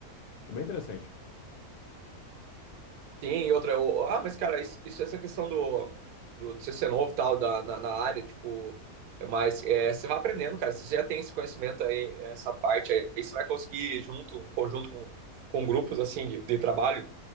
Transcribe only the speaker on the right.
Sim, e outra, o- ah, mas cara, isso, isso- essa questão do, do você ser novo e tal, da, na, na área, tipo, é mais, é, você vai aprendendo, cara, se você já tem esse conhecimento aí, essa parte aí, aí você vai conseguir junto, em conjunto com, com grupos, assim, de, de trabalho,